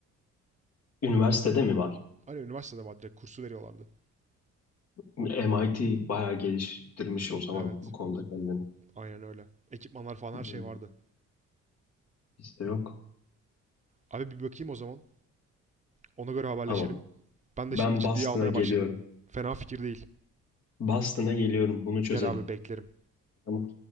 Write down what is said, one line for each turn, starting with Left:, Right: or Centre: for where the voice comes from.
Left: Üniversitede mi var?
Right: Hani üniversitede var direkt kursu veriyorlardı.
Left: MIT bayağı geliştirmiş o zaman
Right: Evet.
Left: bu konuda kendini.
Right: Aynen öyle. Ekipmanlar falan
Left: Bizde
Right: her şey vardı.
Left: bizde yok.
Right: Abi bir bakayım o zaman. Ona göre haberleşelim.
Left: Tamam.
Right: Ben
Left: Ben
Right: de şimdi ciddiye
Left: Boston'a
Right: almaya
Left: geliyorum.
Right: başladım. Fena fikir değil.
Left: Boston'a geliyorum. Bunu çözelim.
Right: Gel abi beklerim.
Left: Tamam.